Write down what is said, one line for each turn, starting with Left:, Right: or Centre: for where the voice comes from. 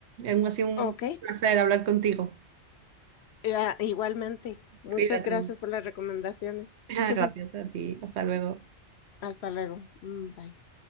Right: Aún ha sido un
Left: Ok.
Right: placer hablar contigo.
Left: Ya, igualmente. Muchas
Right: Cuídate.
Left: gracias por las recomendaciones.
Right: <laughs>
Left: <laughs>
Right: Gracias a ti. Hasta luego.
Left: Hasta luego. Mm, Bye.